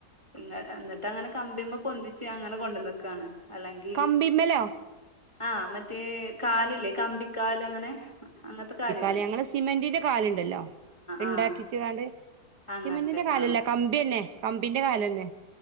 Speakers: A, on the left (about 15°); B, on the right (about 75°).
A: ഇങ്ങ എന്നിട്ട് അങ്ങനെ കമ്പിമ്മെ പൊന്തിച്ച് അങ്ങനെ കൊണ്ടന്നക്കാണ് അല്ലെങ്കി
B: കമ്പിമ്മലോ?
A: ആഹ് മറ്റേ കാലില്ലേ കമ്പിക്കാല് അങ്ങനെ അങ്ങൻത്തെ കാലിൽ
B: അല്ല ഞങ്ങള് സിമന്റിൻ്റെ കാല്ണ്ടല്ലോ ഇണ്ടാക്കിച്ച്കാണ്ട്
A: ആഹ് അങ്ങനത്തെ
B: സിമന്റിന്റെ കാലല്ല
A: ആഹ്
B: കമ്പിയാ ന്നെ കമ്പിന്റെ കാലെന്നെ